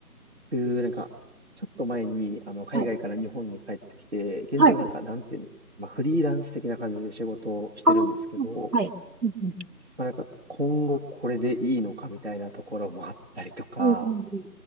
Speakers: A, on the right; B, on the right.
A: 僕、なんか、ちょっと前に、あの、海外から日本に帰ってきて、
B: はい。
A: 現状なんか、
B: はい。
A: なんていうんですか、まあ、フリーランス的な感じで仕事をしてるんですけど、
B: あー、はい。うんうん。
A: まあ、なんか、今後これでいいのかみたいなところもあったりとか、
B: うんうんうん